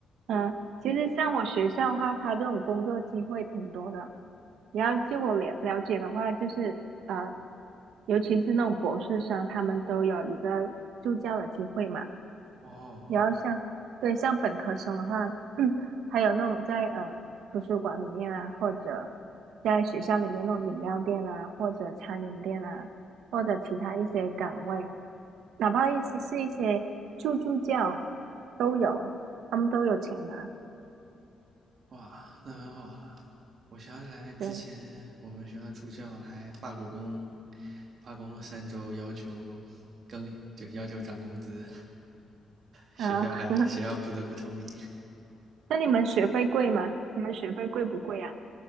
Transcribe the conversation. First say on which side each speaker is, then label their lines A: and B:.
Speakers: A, on the right; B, on the right.
A: 嗯，其实像我学校的话，它这种工作机会挺多的。你要据我了了解的话，就是呃，尤其是那种博士生，他们都有一个助教的机会嘛。
B: 哦，
A: 然后像对像本科生的话，<clears throat> 他有那种在呃图书馆里面啊，或者在学校里面那种饮料店啊，或者餐饮店啊，或者其他一些岗位，哪怕一些是一些助助教都有，他们都有钱拿。
B: 哇，那很好了。我想起来之前我们学校的助教还罢过工，
A: 对
B: 罢工了三周，要求更就是要求涨工资，学校还学校不得不同意。
A: 啊，<laughs> 那你们学费贵吗？你们学费贵不贵啊？